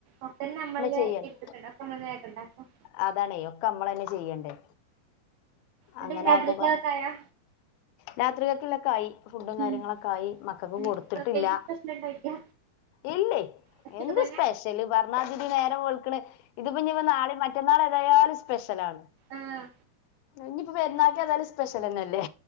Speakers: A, on the right (about 75°); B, on the left (about 80°).
A: ഒക്കന്നെ നമ്മള്
B: ചെയ്യണം
A: എടുത്തിട്ടുണ്ട് ഒക്കെ നമ്മള് കൊണ്ടാകും
B: അതാണേ ഒക്കെ അമ്മള് തന്നെ ചെയ്യണ്ടേ
A: എന്നിട്ട്
B: അങ്ങനെ
A: രാത്രിക്കുള്ളതൊക്കെ
B: ആകുമ്പോ പറഞ്ഞു
A: ആയോ
B: രാത്രിലെക്കിലൊക്കെ ആയി ഫുഡും കാര്യങ്ങളൊക്കെ
A: ഉം
B: ആയി മക്കക്ക്
A: എന്തെങ്കിലും
B: കൊടുത്തിട്ടില്ല
A: പ്രത്യേകിച്ച് സ്പെഷ്യൽ ഉണ്ടോ ചോയിക്കാ
B: ഇല്ലേ
A: ഒറ്റക്ക്
B: എന്താ
A: തന്നെ
B: സ്പെഷ്യല് പറഞ്ഞാ മാതിരി നേരം വെളുക്കണ് ഇതിപ്പോനി നാളെ മ റ്റന്നാൾ ആയാലും സ്പെഷ്യലാണ്
A: ആഹ്
B: ഇനിയിപ്പോ പെരുന്നാൾക്കും ഏതായാലും സ്പെഷ്യലന്നല്ലേ